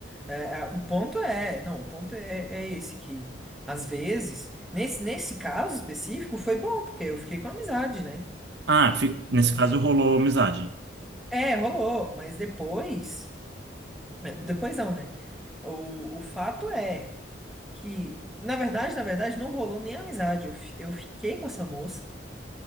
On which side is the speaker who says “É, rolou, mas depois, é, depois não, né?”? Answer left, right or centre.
Centre